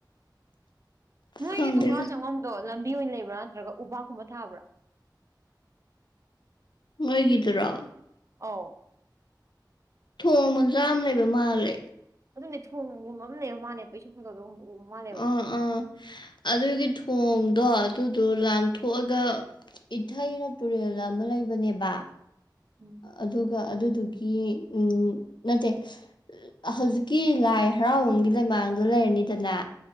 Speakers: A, on the right (about 40°); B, on the left (about 75°).
A: ꯅꯣꯏꯒꯤ
B: ꯈꯪꯗꯦꯗ
A: ꯊꯣꯡꯒꯥꯟ ꯆꯪꯕꯝꯗꯣ ꯂꯝꯕꯤ ꯑꯣꯏꯅ ꯂꯩꯕ꯭ꯔꯥ ꯅꯠꯇ꯭ꯔꯒ ꯎꯕꯥꯛꯀꯨꯝꯕ ꯊꯥꯕ꯭ꯔꯥ
B: ꯅꯣꯏꯒꯤꯗꯨꯔꯣ
A: ꯑꯥꯎ
B: ꯊꯣꯡ ꯃꯆꯥꯝꯃ ꯂꯩꯕ ꯃꯥꯜꯂꯦ
A: ꯑꯗꯨꯅꯦ ꯊꯣꯡꯒꯨꯝꯕ ꯑꯃ ꯂꯩꯕ ꯃꯥꯜꯂꯦꯕ ꯏꯁꯨ ꯈꯒꯒꯨꯝꯕ ꯎꯕ ꯃꯥꯜꯂꯦꯕ
B: ꯑꯥ ꯑꯥ ꯑꯗꯨꯒꯤ ꯊꯣꯡꯗꯣ ꯑꯗꯨꯗꯣ ꯂꯥꯟꯊꯣꯛꯑꯒ ꯏꯊꯩꯔ ꯇꯨꯔꯦꯜꯔ ꯑꯃ ꯂꯩꯕꯅꯦꯕ
A: ꯎꯝ
B: ꯑꯗꯨꯒ ꯑꯗꯨꯗꯨꯒꯤ ꯎꯝ ꯅꯠꯇꯦ ꯍꯧꯖꯤꯛꯀꯤ ꯂꯥꯏ ꯍꯔꯥꯎꯕꯨꯡꯒꯤ ꯂꯩꯃꯥꯡꯗꯣ ꯂꯩꯔꯅꯤꯗꯅ